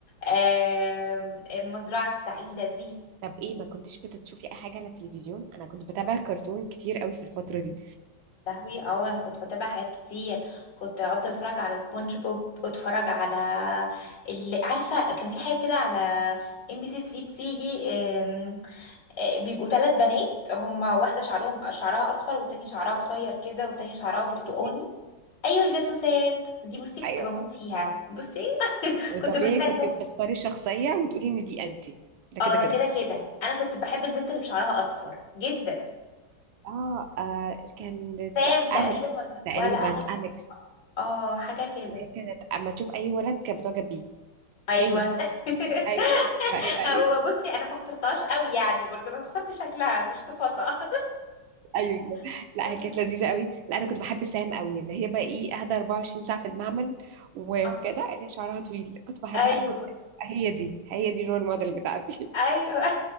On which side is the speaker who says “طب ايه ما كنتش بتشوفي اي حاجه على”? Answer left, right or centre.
Right